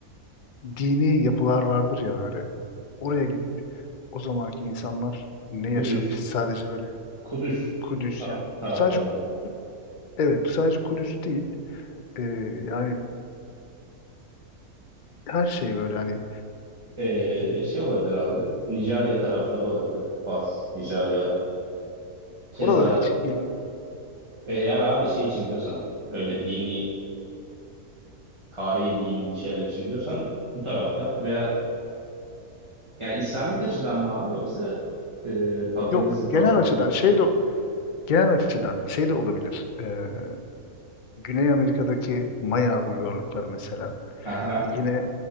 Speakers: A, on the left; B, on the right.
A: dini yapılar vardır ya böyle. Oraya gidip o zamanki insanlar ne
B: Kudüs.
A: yaşamış? Sadece böyle
B: Kudüs
A: Kudüs
B: ta-
A: yani.
B: tarafları
A: Sadece
B: mı?
A: Ku- evet sadece Kudüs değil. Ee, yani her şey böyle hani
B: Ee, şey olabilir abi. Nijerya tarafları olabilir. Fas, Nijerya. Keza
A: oralara hiç ilgi
B: eğer abi şey için diyorsan öyle dini, tarihi dini şeyler için diyorsan bu taraflar veya ya İslamik açıdan mı abi yoksa e, paganizm
A: yok.
B: falan
A: Genel açıdan
B: da olur mu?
A: şey de genel açıdan şey de olabilir. Ee, Güney Amerika'daki Maya uygarlıkları mesela.
B: Aha.
A: Yine